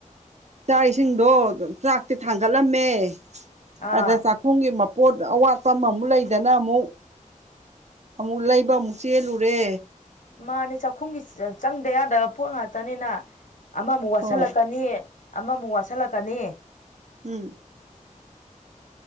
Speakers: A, on the right; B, on the left.
A: ꯆꯥꯛ ꯏꯁꯤꯡꯗꯣ ꯆꯥꯛꯇꯤ ꯊꯥꯡꯒꯠꯂꯝꯃꯦ
B: ꯑꯥ
A: ꯑꯗ ꯆꯥꯛ ꯄꯨꯝꯒꯤ ꯃꯄꯣꯠ ꯑꯋꯥꯠꯄ ꯑꯃꯃꯨꯛ ꯂꯩꯗꯅ ꯑꯃꯨꯛ ꯑꯃꯨꯛ ꯂꯩꯕ ꯑꯃꯨꯛ ꯆꯦꯜꯂꯨꯔꯦ
B: ꯃꯥꯅꯦ ꯆꯥꯛꯈꯨꯝꯒ ꯆ ꯆꯪꯗ ꯌꯥꯗꯕ ꯄꯣꯠ ꯉꯥꯛꯇꯅꯤꯅ ꯑꯃꯃꯨꯛ ꯋꯥꯠꯁꯤꯜꯂꯛꯀꯅꯤ
A: ꯍꯣꯏ
B: ꯑꯃꯃꯨꯛ ꯋꯥꯠꯁꯜꯂꯛꯀꯅꯤ
A: ꯎꯝ